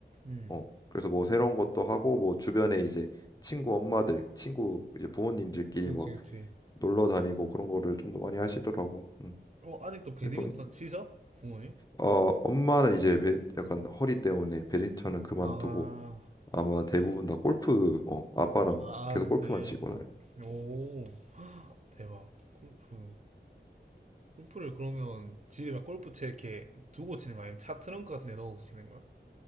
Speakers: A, on the right (about 40°); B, on the left (about 20°).
A: 음.
B: 어 그래서 뭐 새로운 것도 하고 뭐 주변에 이제 친구 엄마들, 친구 이제 부모님들끼리
A: 그치,
B: 막
A: 그치.
B: 놀러 다니고 그런 거를 좀 더 많이 하시더라고. 음.
A: 어, 아직도 배드민턴
B: 이건
A: 치셔? 부모님?
B: 어 엄마는 이제 배- 약간 허리 때문에 배드민턴은 그만두고
A: 아,
B: 아마 대부분 다 골프 어 아빠랑
A: 아,
B: 계속
A: 그때.
B: 골프만 치거든.
A: 오, 대박. 골프. 골프를 그러면 집에 막 골프채 이렇게 두고 치는 거야? 아니면 차 트렁크 같은 데 넣어서 치는 거야?